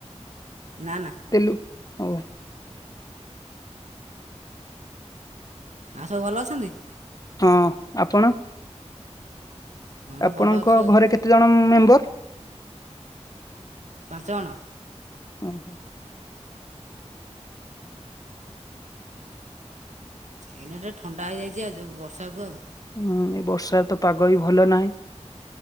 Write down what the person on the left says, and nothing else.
ତେଲୁ ହୋଉ।
ହଁ ଆପଣ?
ଆପଣଙ୍କ
ଘରେ କେତେଜଣ ମେମ୍ବର?
ଓହୋ।
ହୁଁ ଏ ବର୍ଷା ତ ପାଗ ବି ଭଲ ନାହିଁ।